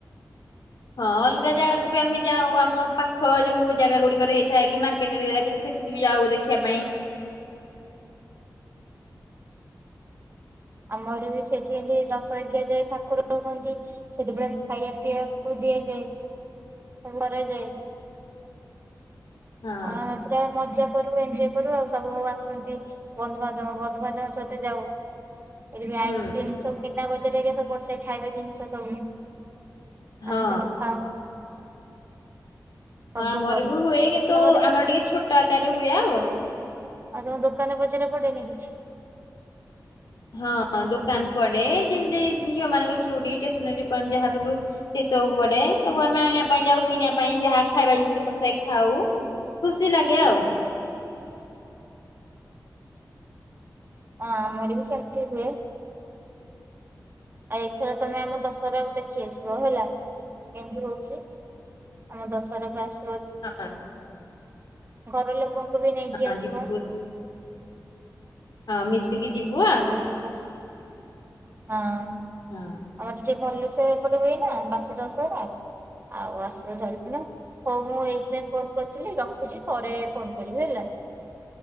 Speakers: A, on the left; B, on the right.
A: ହଁ ଅଲଗା ଜାଗାକୁ ବି ଆମେ ଯାଉ ଆମ ପାଖ ଯୋଉ ଜାଗା ଗୁଡିକରେ ହେଇଥାଏ କି ମାର୍କେଟ ସେଠିକି ବି ଯାଉ ଦେଖିବା ପାଇଁ।
B: ଆମର ବି ସେଥି ଦଶ ଏଜ୍ଞ ଯାଏ ଠାକୁର ହୁଅନ୍ତି ସେଠବେଳେ ଖାଇବା ପିଇବାକୁ ଦିଆଯାଏ କରାଯାଏ।
A: ହଁ
B: ଆ ତ୍ର ମଜା କରୁ ଏଜୟ କରୁ ଆଉ ସବୁ ଆସନ୍ତି ବନ୍ଧୁବାନ୍ଧବ ବନ୍ଧୁବାନ୍ଧବ ସହିତ ଯାଉ। ଏ
A: ହୁଁ
B: ଆଇସ୍କ୍ରିମ ଚମିନା ବ ଏକା ପଡ଼ିଥାଏ ସବୁ ଖାଇବା ଜିନିଷ ସବୁ
A: ହଁ।
B: ଆମେ ସେଠୁ ଥାଉ। ସବୁ
A: ହଁ ଆମର
B: କରୁ
A: ବି ହୁଏ କିନ୍ତୁ
B: ତମର ବି
A: ଆମର ଟିକେ ଛୋଟ ଆକାରରେ ହୁଏ ଆଉ।
B: ଆଉ ତମ ଦୋକାନ ପଚାର ପଡେଇନି କିଛି
A: ହଁ ଦୋକାନ ପଡେ ଯେମିତି ଝିଅ ମାନଙ୍କର ଚୁଡ଼ି େସନାରୀ ଦୋକାନ ଯାହା ସବୁ ସେ ସବୁ ପଡେ ସବୁ ଆମେ ଆଣିବା ପାଇଁ ଯାଉ କିଣିବା ପାଇଁ ଯାହା ଖାଇବା ଜିନିଷ ପଡ଼ିଥାଏ ଖାଉ ଖୁସି ଲାଗେ ଆଉ।
B: ହମରି ବି ସଙ୍ଗତିିବ ଆଉ ଏଥର ତମେ ଆମ ଦଶହରାକୁ ଦେଖି ଆସିବ ହେଲା କେମତି ହଉଛି। ଆମ ଦଶହରାକୁ ବାସ୍
A: ହଁ।
B: ଘର ଲୋକ ଲୋକଙ୍କୁ ବି ନେଇକି
A: ହଁ
B: ଆସିବ
A: ଯିବୁ ଆ ମିସ୍ କି ଯିବୁ ଆଉ।
B: ଘର ଲୋକ ହଁ।
A: ହଁ।
B: ଆମର ଟିକେ ଭଲସେ ଏପଟେ ହୁଏନା ବାସି ଦଶହରା ଆଉ ଆସିବ ଧରିକିନା ହୋଉ ମୁଁ ଏଇଥିପାଇଁ ଫୋନ କରିଥିଲି ରଖୁଚି ପରେ ଫୋନ କରିବି ହେଲା